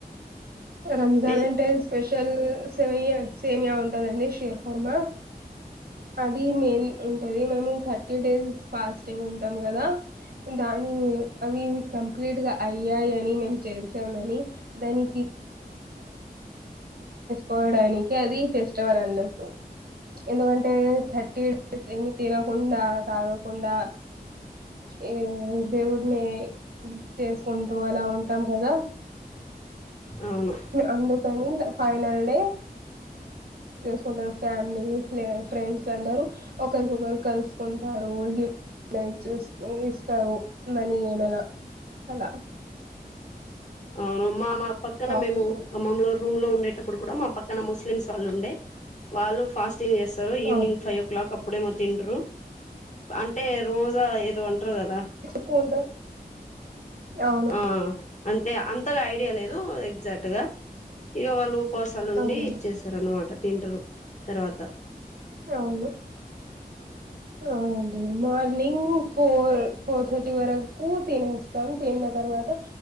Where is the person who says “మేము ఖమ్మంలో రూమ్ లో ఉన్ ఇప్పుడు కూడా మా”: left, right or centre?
Left